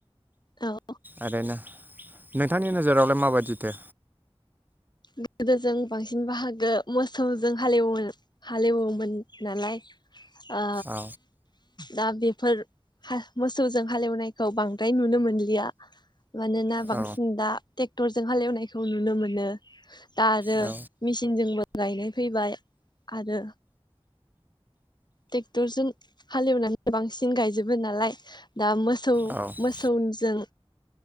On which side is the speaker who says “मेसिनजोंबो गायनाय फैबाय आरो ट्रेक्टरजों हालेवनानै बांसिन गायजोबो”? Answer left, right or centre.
Left